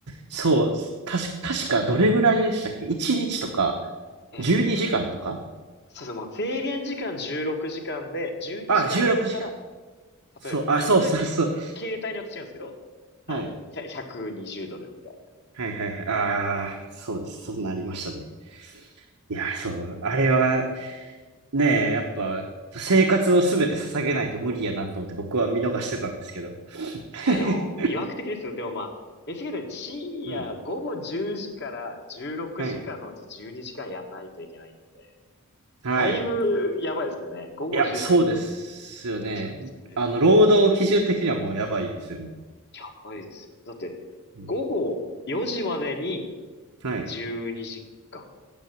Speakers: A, on the right (about 85°); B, on the left (about 50°).
A: そう、たし、確かどれぐらいでしたっけ ?1 日とか、
B: ええ。
A: 12時間とか
B: そうですね、もう制限時間16時間で、12時間やったら、
A: あ、16時間。そう、
B: 例えば、
A: あ、
B: あ、
A: そうそうそう。
B: 全然、携帯によって違うんですけど、
A: はい。
B: あの、100 120ドルみたいな。
A: はいはいはい。ああ、そうです。そうなりましたね。いや、そう、あれは、ねえ、やっぱ、生活をすべて捧げないと無理やなと思って僕は見逃してたんですけど。<laughs>
B: や、でも、魅惑的ですよ。でもまあ、え h k で深夜午後10時から16時間のうち12時間やんないといけないって。
A: うん。はい。はい。
B: だいぶやばいですけどね。午後10時からやんないと
A: いや、そうですよね。
B: いけないですよね
A: あの、労働基準的にはもうやばいですよね。
B: やばいですよね。だって、
A: うん
B: 午後4時までに
A: はい。
B: 12時間。